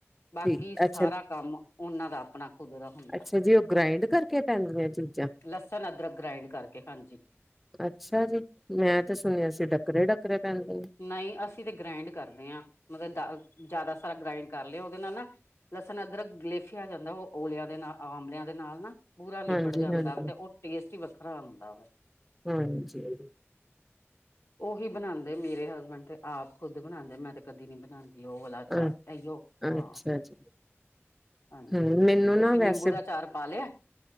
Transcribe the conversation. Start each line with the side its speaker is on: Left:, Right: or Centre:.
Left: ਬਾਕੀ
Centre: ਠੀਕ
Left: ਸਾਰਾ
Centre: ਅੱਛਾ
Left: ਕੰਮ ਉਹਨਾਂ ਦਾ ਆਪਣਾ। ਖੁਦ ਦਾ ਹੁੰਦਾ
Centre: ਅੱਛਾ ਜੀ ਉਹ ਗ੍ਰਾਇੰਡ ਕਰਕੇ ਪੈਂਦੀਆਂ ਚੀਜ਼ਾਂ
Left: ਲਸਣ, ਅਦਰਕ ਗ੍ਰਇੰਡ ਕਰਕੇ ਹਾਂਜੀ।
Centre: ਅੱਛਾ ਜੀ, ਮੈਂ ਤੇ ਸੁਣਿਆ ਸੀ ਡੱਕਰੇ-ਡੱਕਰੇ ਪੈਂਦੇ।
Left: ਨਈਂ, ਅਸੀਂ ਤਾਂ ਗ੍ਰਾਇੰਡ ਕਰਦੇ ਆਂ, ਮਤਲਬ ਦਾ ਜਾਦਾ ਸਾਰਾ ਗ੍ਰਾਇੰਡ ਕਰ ਲੇ, ਓਦੇ ਨਾਲ਼ ਨਾ ਲਸਣ, ਅਦਰਕ ਗਲੇਫਿਆਂ ਜਾਂਦਾ, ਓ ਔਲਿਆਂ ਦੇ ਨਾਲ਼, ਆਂਮਲਿਆਂ ਦੇ ਨਾਲ਼ ਨਾ। ਪੂਰਾ ਲਿਬੜ
Centre: ਹਾਂਜੀ-ਹਾਂਜੀ,
Left: ਜਾਂਦਾ ਵੇ, ਤੇ ਓ ਟੇਸਟ ਈਂ ਵੱਖਰਾ ਆਂਦਾ ਵੇ।
Centre: ਹਾਂਜੀ।
Left: ਓਹੀ ਬਣਾਂਦੇ ਮੇਰੇ ਹਸਬੈਂਡ ਤੇ ਆਪ ਖੁਦ ਬਣਾਂਦੇ, ਮੈਂ ਤੇ ਕਦੀਂ ਨੀਂ ਬਣਾਂਦੀ। ਓ ਵਾਲਾ
Centre: ਅ
Left: ਚਾਰ ਇਓ ਹਾਂ।
Centre: ਅੱਛਾ ਜੀ,
Left: ਹਾਂਜੀ,
Centre: ਹੂੰ
Left: ਤੁਸੀਂ
Centre: ਮੈਨੂੰ ਨਾ ਵੈਸੇ
Left: ਨਿੰਬੂ ਦਾ ਆਚਾਰ ਪਾ ਲਿਆ?